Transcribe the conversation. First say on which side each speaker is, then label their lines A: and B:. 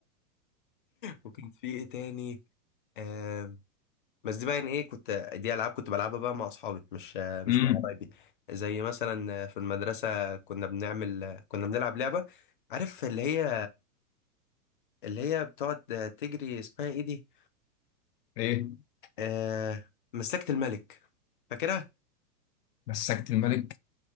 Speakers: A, on the left (about 35°); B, on the left (about 75°).
A: وكان في ايه تاني آه، بس دي بقى يعني ايه كنت دي العاب كنت بلعبها بقى مع اصحابي مش مش
B: امم
A: مع قرايبي زي مثلا في المدرسه كنا بنعمل كنا بنلعب لعبه عارف اللي هي اللي هي بتقعد تجري اسمها ايه دي
B: ايه
A: آه مسلكه الملك فاكرها
B: مسكت الملك